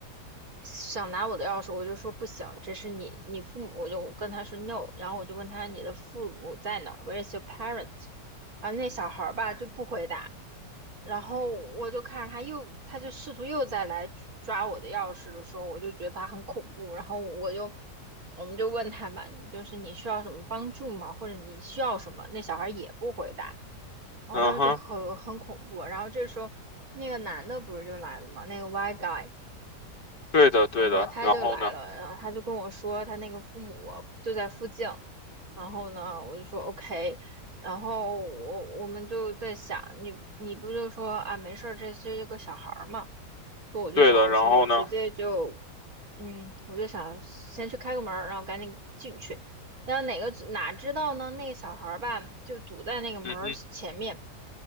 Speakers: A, on the right; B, on the left.
A: 想拿我的钥匙，我就说不行，这是你你父母，我就跟他说 no，然后我就问他你的父母在哪 w h e r e i s your parent？然后那小孩儿吧就不回答，然后我就看着他又，他就试图又再来抓我的钥匙的时候，我就觉得他很恐怖，然后我就我们就问他嘛，就是你需要什么帮助吗？或者你需要什么？那小孩儿也不回答，然后当时就很很恐怖，
B: 嗯哼，
A: 然后这时候那个男的不是就来了嘛，那个 white guy。
B: 对的，对的。
A: 然后他就来了，
B: 然后呢？
A: 然后他就跟我说他那个父母就在附近，然后呢，我就说 OK，然后我我们就在想，你你不就说啊没事儿，这是个小孩儿嘛，所以我就想着说我直接就，
B: 对的，然后呢？
A: 嗯，我就想先去开个门儿然后赶紧进去，然后哪个哪知道呢，那个小孩儿吧就堵在那个门儿前面，
B: 嗯哼，